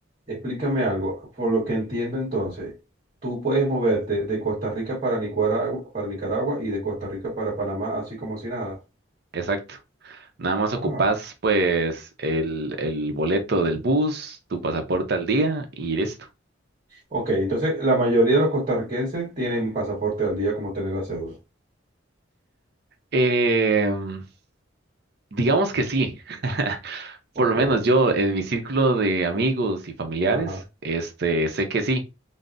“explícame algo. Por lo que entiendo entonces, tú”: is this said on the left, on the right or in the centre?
Right